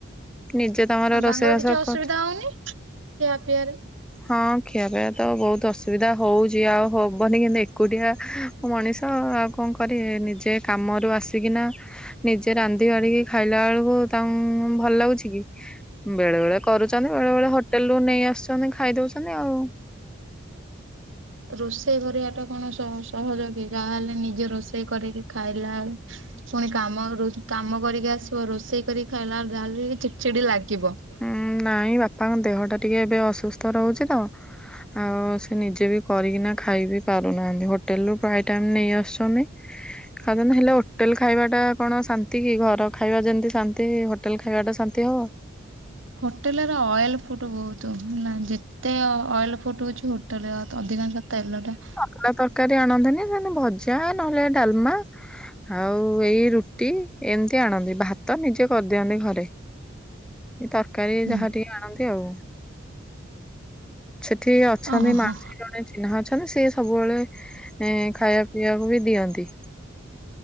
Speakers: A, in the centre; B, on the right.
A: ନିଜେ ତାଙ୍କର
B: ହଁ
A: ରୋଷେଇ ବାସ
B: କିଛି ଅସୁବିଧା
A: କରୁ
B: ହଉନି ଖିଆ ପିଆରେ
A: ହଁ ଖିଆ ପିଆ ରେ ତ ବହୁତ ଅସୁବିଧା ହଉଚ ଆଉ ହବନି କିନ୍ତୁ ଏକୁଟିଆ ମଣିଷ ଆଉ କଣ କରିବେ ନିଜେ କାମରୁ ଆସିକିନା ନିଜେ ରାନ୍ଧି ବାଢିକି ଖାଇଲା ବେଳକୁ ତାଙ୍କୁ ଭଲ ଲାଗୁଛି କି? ବେଳେ ବେଳେ କରୁଛନ୍ତି, ବେଳେ ବେଳେ ହୋଟେଲରୁୁ ନେଇ ଆସୁଛନ୍ତି ଖାଇ ଦଉଛନ୍ତି ଆଉ।
B: ରୋଷେଇ କରିବା ଟା କଣ ସହ ସହଜ କି ଯାହାହେଲେ ନିଜେ ରୋଷେଇ କରିକି ଖାଇଲା ବେଳୁ ପୁଣି କାମ ରହୁଚି କାମ କରିକି ଆସିବ ରୋଷେଇ କରିକି ଖାଇଲା ଯାବି ହେଲେ ଚିଡଚିଡି ଲାଗିବ।
A: ଉଁ ନାଇଁ ବାପାଙ୍କ ଦେହ ଟା ଟିକେ ଏବେ ଅସୁସ୍ଥ ରହୁଛି ତ ଆଉ ସେ ନିଜେ ବି କରିକିନା ଖାଇ ବିି ପାରୁନାହାନ୍ତି, ହୋଟେଲ ରୁ ପ୍ରାୟ ଟାଇମ ନେଇ ଆସୁଛନ୍ତି। ଖାଦନ ହେଲେ ହୋଟେଲ ଖାଇବା ଟା କଣ ଶାନ୍ତି କି ଘର ଖାଇବା ଯେମିତି ଶାନ୍ତି ହୋଟେଲ ଖାଇବା ଟା ଶାନ୍ତି ହବ।
B: ହୋଟେଲ ର ଅଏଲ୍ ଫୁଡ୍ ବହୁତ। ତ ହେଲା ଯେତେ ଅଏଲ ଫୁଡ ରହୁଉଛି ହୋଟେଲ ଅଧିକାଂଶ ତେଲ ଟା
A: ପଲା ତରକାରୀ ଆଣନ୍ତିୁନି ସେମିତି ଭଜା ନହେଲେ ଡାଲମା ଆଉ ଏଇ ରୁଟି ଏମିତି ଆଣନ୍ତି। ଭାତ ନିଜେ କରିଦିଅନ୍ତି ଘରେ। ଏ ତରକାରୀ
B: ହୁଁ
A: ଯାହା ଟିକେ ଆଣନ୍ତି ଆଉ। ସେଠି ଅଛନ୍ତି
B: ଓହୋ
A: ମାଉସୀ ଜଣେ ଚିହ୍ନା ଅଛନ୍ତି, ସିଏ ସବୁବେଳେ ଏଁ ଖାଇବା ପିଇବାକୁ ବି ଦିଅନ୍ତି।